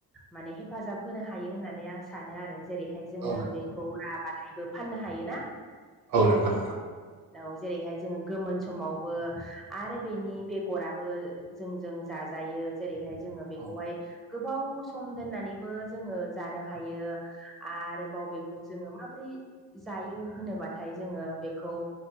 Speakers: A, in the centre; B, on the right.
A: माने हेफाजाब होनो हायो होननानै आं सानो आरो जेरैहाय जोङो
B: औ
A: बेखौ राबाथायबो फाननो हायोना?
B: औ नोंथां,
A: औ औ जेरैहाय जोङो, गोमोन समावबो आरो बेनि बेगराबो जोंजों जाजायो जेरैहाय जोङो बेखौहाय
B: औ
A: गोबाव सम दोननानैबो जोङो जानो हायो आरोबाव बेखौ जोङो माबोरै जायो होनोबाथाय जोङो बेखौ